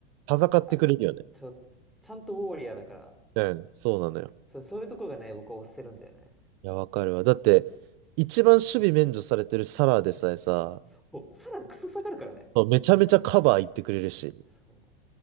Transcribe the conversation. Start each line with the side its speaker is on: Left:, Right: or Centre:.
Right: 戦ってくれるよね。
Centre: あ、ちょ、ちゃんとウォーリアーだから、
Right: うん。そうなのよ。
Centre: そう、そういうところがね、僕は押せるんだよね。
Right: いや、わかるわ。だって、一番守備免除されてるサラーでさえさ、
Centre: そう、さら、クソ下がるからね。
Right: そうめちゃめちゃカバー行ってくれるし。
Centre: そう。